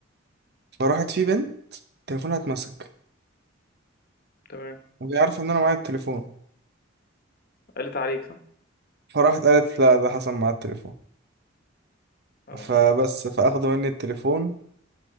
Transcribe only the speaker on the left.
تمام.
قَلِّت عليك صح؟
آه.